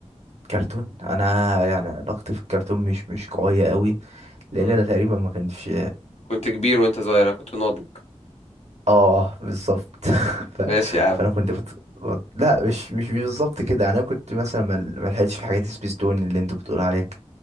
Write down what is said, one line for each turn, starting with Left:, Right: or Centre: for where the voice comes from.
Right: كرتون انا يعني علاقتي في الكرتون مش مش قويه قوي لان
Left: مم.
Right: انا تقريبا ما كانش
Left: كنت كبير وانت صغير أنا كنت ناضج
Right: اه بالظبط <laughs> ف...
Left: ماشي يا عم
Right: فانا كنت بت... بت... لا مش مش بالظبط كده يعني انا كنت مثلا ما ما لحقتش في حاجات سبيستون اللي انتوا بتقول عليها ك-